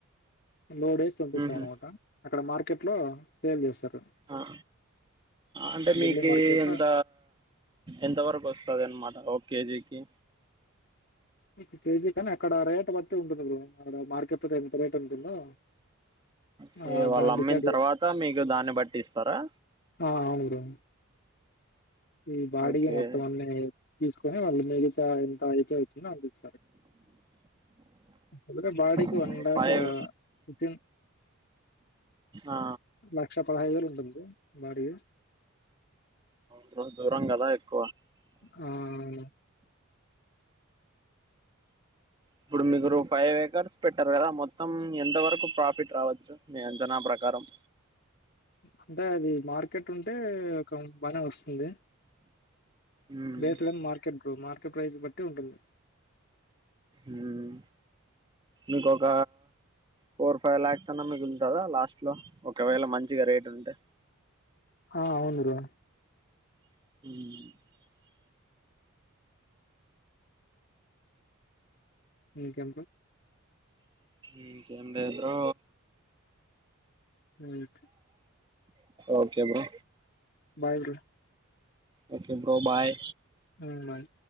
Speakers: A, on the left; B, on the right.
A: లోడ్ ఎసి పంపిస్తాం
B: ఉహు
A: అనమాట అక్కడ మార్కెట్ లో సేల్ చేస్తారు
B: ఆ అంటే మీకీ
A: ఢిల్లీ మార్కెట్
B: ఎంత
A: లో
B: ఎంత వరకు వస్తుంది అనమాట ఓ కేజీకి
A: ఒక కేజీ కానీ అక్కడ రేట్ బట్టి ఉంటుంది బ్రో అక్కడ మార్కెట్ ఎంత రేట్ ఉంటుందో
B: కే
A: ఆ
B: వాళ్ళు
A: దాన్ని
B: అమ్మిన
A: డిసైడ్
B: తర్వాత మీకు దాన్ని బట్టి ఇస్తారా
A: ఆ అవునుబ్రో ఈ బాడకి
B: ఓకే
A: మొత్తం అన్ని తీసుకొని వాళ్ళు మిగతా ఎంత అయితే వతుందో అంతిస్తారు చల్లగాలి బాడీకి
B: ఇప్పుడు
A: అందాక
B: ఫైవ్
A: ఓకె <inaudible>
B: ఆ
A: లక్ష పదహైదు వేలు ఉంటంది బాడి
B: బ్రో దూరం కదా ఎక్
A: గా
B: ఇప్పుడు మీకు రు ఫైవ్ ఏకర్స్ పెట్టారు కదా మొత్తం ఎంత వరకు ప్రాఫిట్ రావచ్చు అంచనా ప్రక కారం
A: అంటె అది మార్కెట్ ఉంటే ఒక బానే వస్తుంది
B: మ్మ్
A: బేస్లోని మార్కెట్ మార్కెట్ ప్రైస్ బట్టి ఉంటుంది
B: ఊమ్ ఇంకొక ఫోర్ ఫైవ్ ల్యాక్స్ అన్న మిగుల్తదా లాస్ట్ లో ఒకవేళ మంచిగ రేట్ ఉంటె
A: ఆ అవును బ్రో
B: ఉమ్
A: ఇంకేంటి
B: ఇంక ఉండే బ్రో
A: ఉక్
B: okay bro
A: bye bro
B: okay bro bye
A: హుమ్ బాయ్